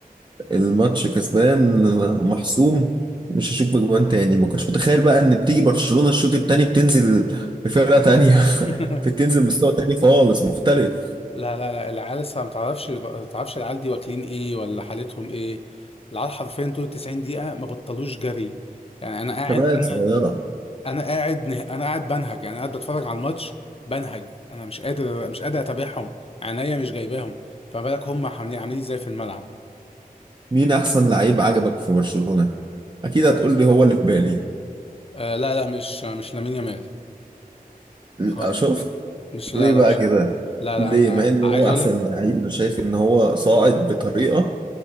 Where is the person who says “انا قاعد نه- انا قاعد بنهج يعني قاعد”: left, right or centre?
Left